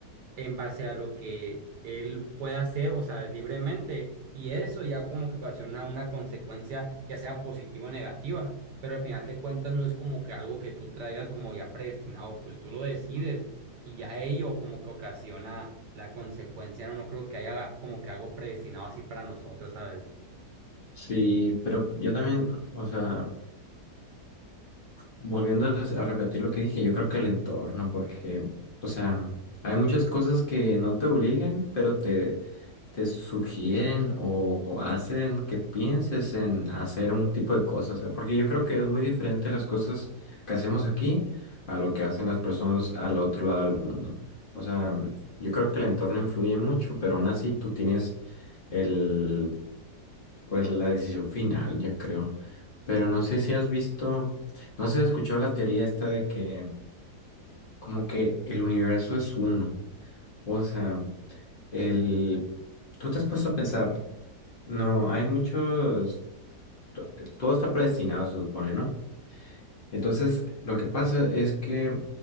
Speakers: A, on the right (about 85°); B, on the left (about 55°).
A: en base a lo que él puede hacer, o sea, libremente, y eso ya como que ocasiona una consecuencia, ya sea positiva o negativa, pero al final de cuentas no es como que algo que tú traigas como ya predestinado, pues tú lo decides, y ya ello como que ocasiona la consecuencia, no, no creo que haya como que algo predestinado así para nosotros, ¿sabes?
B: Sí, pero yo también, o sea, volviendo a a repetir lo que dije, yo creo que el entorno, porque, o sea, hay muchas cosas que no te obligan, pero te, te sugieren o hacen que pienses en hacer un tipo de cosas, ¿eh? porque yo creo que es muy diferente las cosas que hacemos aquí a lo que hacen las personas al otro lado del mundo. O sea, yo creo que el entorno influye mucho, pero aún así tú tienes el pues la decisión final, yo creo. Pero no sé si has visto, no sé si has escuchado la teoría esta de que como que el universo es uno. O sea, el... Tú te has puesto a pensar, no, hay muchos, to- todo está predestinado, se supone, ¿no? Entonces, lo que pasa es que